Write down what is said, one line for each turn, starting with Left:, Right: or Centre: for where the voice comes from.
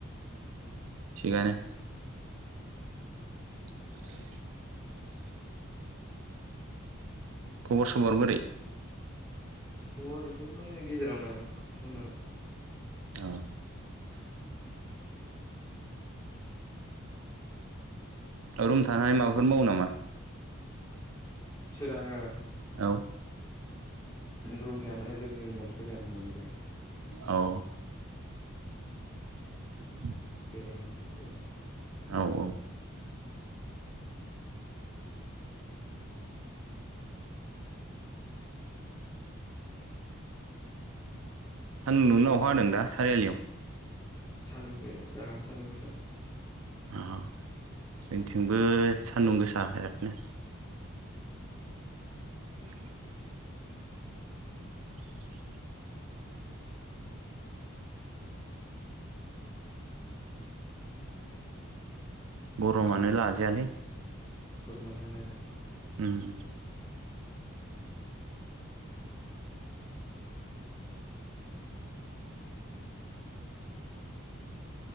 Right: थिगानो <inaudible> खबर सबर बोरै?
Left: दङ बिदिनो गेजेरावनो। नोंनाय?
Right: अ रुम थाना माबाफोर मावो नामा?
Left: सोराङो
Right: औ
Left: रुम थाया माने लोगोनि रुमावसो फैदों आङो न'निफाय।
Right: औ <inaudible>
Left: बेरायनो होनानै फैदों
Right: औ औ सानदुं नुनो अखाहा होादों दा सारियालियाव?
Left: सान्दुं बे बिराद सान्दुं गोसा
Right: अ जोंनिथिंबो सान्दुं गोसा बिरादनो <inaudible> <inaudible> गरमानो लाजायालै
Left: गरमानो लाजायाना?
Right: उम